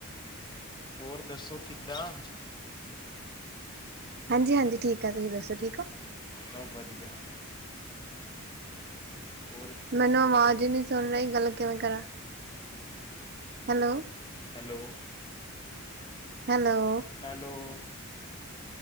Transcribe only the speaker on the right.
ਹਾਂਜੀ- ਹਾਂਜੀ ਠੀਕ ਆ, ਤੁਸੀਂ ਦੱਸੋ ਠੀਕ ਹੋ?
ਮੈਨੂੰ,
ਆਵਾਜ਼
ਹੀ ਨੀ ਸੁਣ ਰਹੀ, ਗੱਲ ਕਿਵੇਂ ਕਰਾਂ hello
hello